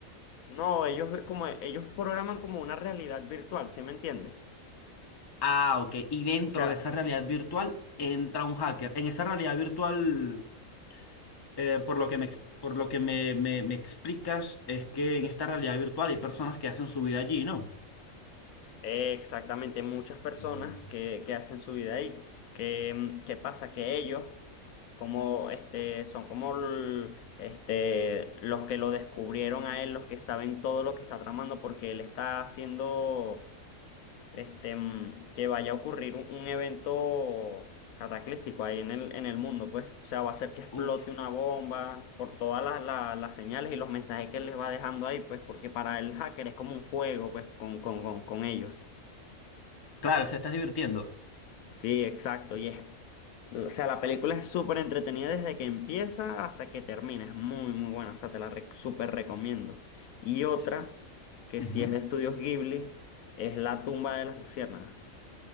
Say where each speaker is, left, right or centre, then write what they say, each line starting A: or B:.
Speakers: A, on the left; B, on the left.
A: No, ellos como ellos programan como una realidad virtual, ¿sí me entiendes?
B: Ah, ok. Y dentro
A: O sea,
B: de esa realidad virtual entra un hacker. En esa realidad virtual Eh, por lo que me, ex- por lo que me, me, me explicas es que en esta realidad virtual hay personas que hacen su vida allí, ¿no?
A: Eh, Exactamente, muchas personas
B: Mm.
A: que, que hacen su vida ahí. Que, mm, ¿qué pasa? Que ellos como este, son como l- este, los que lo descubrieron a él, los que saben todo lo que está tramando, porque él está haciendo este, mm, que vaya a ocurrir un, un evento cataclístico ahí en el, en el mundo, pues. O sea, va a ser que explote
B: Uf,
A: una bomba por todas las, las- las señales y los mensajes que él les va dejando ahí, pues, porque para el hacker es como un juego, pues, con, con, con con ellos.
B: claro, se estás divirtiendo.
A: Sí, exacto. Y es, o sea, la película es súper entretenida desde que empieza hasta que termina. Es muy, muy buena. O sea, te la re- súper recomiendo. Y otra,
B: Ps-
A: que sí
B: ujú.
A: es de Estudios Ghibli, es La tumba de las luciérnagas.